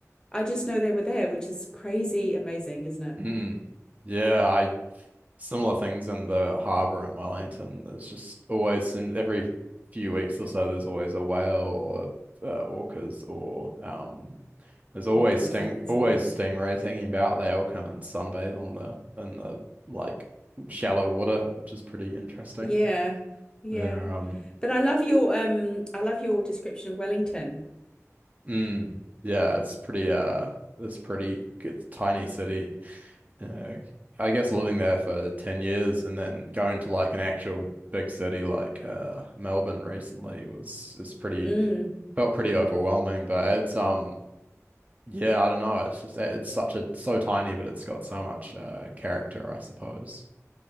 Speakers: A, on the left; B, on the right.
A: I just know they were there, which is crazy amazing, isn't it?
B: Mm. Yeah, I similar things in the harbour in Wellington. There's just always some every few weeks or so there's always a whale or uh, orcas or um there's always
A: Or dolphins
B: sting always
A: or,
B: stingrays hanging about. They all come and sunbathe on the in the like shallow water, which is pretty interesting.
A: yeah, yeah.
B: They're um
A: But I love your, um, I love your description of Wellington.
B: Mm, yeah, it's pretty uh it's pretty it's a tiny city. Uh, I guess living there for 10 years and then going to like an actual big city like uh Melbourne recently was it's pretty
A: Mm.
B: felt pretty overwhelming, but it's um yeah, I don't know, it's just it's such a so tiny but it's got so much uh character, I suppose.